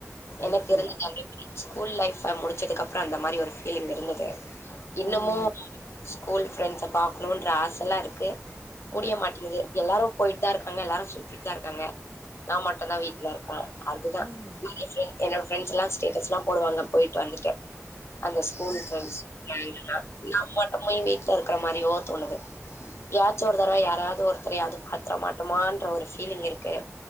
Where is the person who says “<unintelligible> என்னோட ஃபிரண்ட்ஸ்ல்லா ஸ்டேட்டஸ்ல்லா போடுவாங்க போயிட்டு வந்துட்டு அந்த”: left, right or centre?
Left